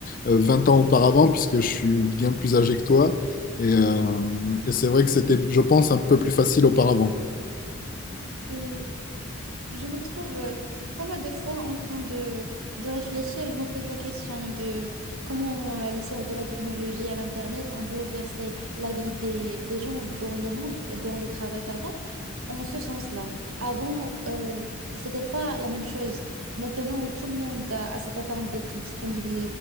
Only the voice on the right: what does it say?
Oui, je me trouve euh, pas mal de fois en train de, de réfléchir. Je me pose la question de comment euh, l'essor de la technologie à l'Internet ont bouleversé la vie des, des gens dans le monde, dans le travail, pardon, en ce sens-là. Avant, euh, c'était pas la même chose. Maintenant, tout le monde a, a cette attente d'être disponible